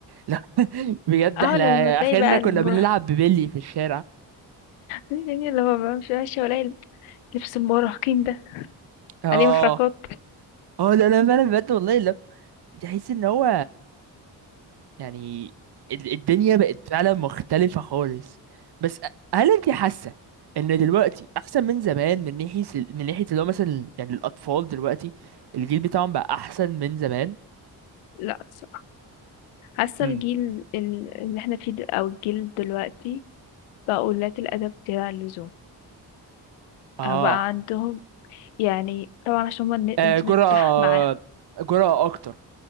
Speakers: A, on the right; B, on the left.
A: لا <laughs> بجد
B: آه،
A: احنا
B: لمّا تلاقي
A: اخرنا
B: بقى
A: كنا
B: المُرهق
A: بنلعب ببلي في الشارع
B: يعني اللي هو بقى مش ماشية والاقي لبس المراهقين ده
A: اه
B: عليه محركات
A: اه لا لا فعلا بجد والله لا تحس ان هو يعني ال- الدنيا بقت فعلا مختلفة خالص بس أ- هل انت حاسة ان دلوقتي احسن من زمان من ناحية ال- من ناحية اللي هو مثلا يعني الاطفال دلوقتي الجيل بتاعهم بقى احسن من زمان
B: لأ الصراحة حاسة
A: امم
B: الجيل ال اللي احنا فيه د أو الجيل دلوقتي بقوا قُلّات الأدب زيادة عن اللزوم،
A: اه
B: آه بقى عندهم يعني طبعًا عشان هُم الن الإنترنت
A: آه جرأة
B: فتح معاهم
A: جرأة أكتر